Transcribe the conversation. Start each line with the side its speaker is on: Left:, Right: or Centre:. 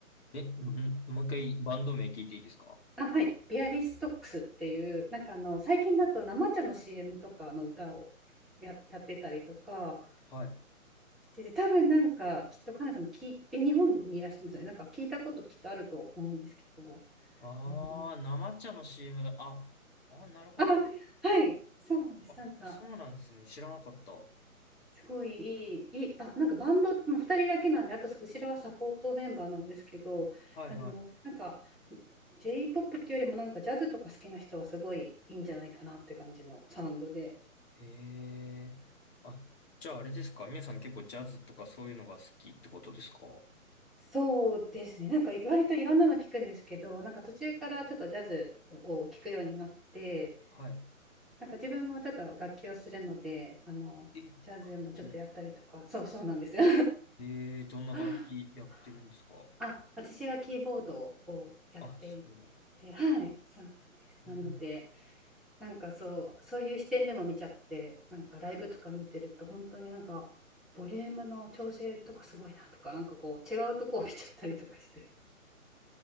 Left: え、ん、もう一回バンド名聞いていいですか
Centre: あ、はい。ビアリストックスっていう、なんかあの、最近だと生茶の CM とかの歌をや、やってたりとか
Left: はい。
Centre: してて、多分なんか、きっとカナさんもき、え、日本にいらっしゃいますよね。なんか聞いたこときっとあると思うんですけど、
Left: ああー、
Centre: あの、
Left: 生茶の CM だ。あ、あ、なるほど。
Centre: あ、はい。そうなんです。
Left: あ、
Centre: なんか、
Left: そうなんですね。知らなかった。は
Centre: すごいいい、いい、あ、なんかバンド、まあ、2人だけなんで、あと後ろはサポートメンバーなんですけど、
Left: いは
Centre: あの、なんか J-POP っていうよりもなんかジャズとか好きな人はすごいいいんじゃないかなって感じのサウンドで。
Left: い。へえ。あ、じゃああれですか皆さん結構ジャズとかそういうのが好きってことですか
Centre: そうですね、なんか割といろんなの聞くんですけど、なんか途中からちょっとジャズを聞くようになって、
Left: はい。
Centre: なんか自分もちょっと楽器をするので、あの、
Left: え、
Centre: ジャズもちょっとやったりとか、
Left: 楽器。
Centre: そうそうなんですよ。
Left: ええ、どんな楽器やってるんですか
Centre: <laughs> あ、私はキーボードをやってい
Left: あ、すごい。え
Centre: て、はい、そうなんです。
Left: ー
Centre: なので、なんかそう、そういう視点でも見ちゃって、なんかライブとか見てると、本当になんか、ボリュームの調整とかすごいなとか、なんかこう、違うとこを見ちゃったりとかして、